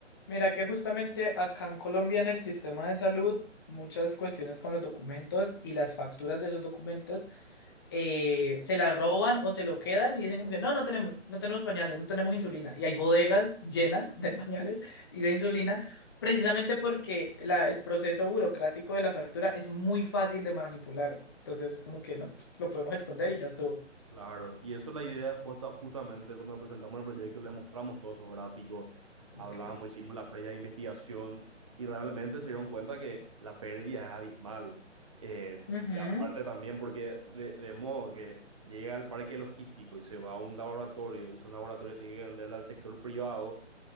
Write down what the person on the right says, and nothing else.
Claro, y eso es la idea justa- justamente cuando presentamos el proyecto, les mostramos todos esos gráficos,
hablamos, hicimos la previa investigación y realmente se dieron cuenta que la pérdida es abismal. Eh,
y aparte también porque de, de modo que llega al parque logístico y se va a un laboratorio y esos laboratorios tienen que venderle al sector privado,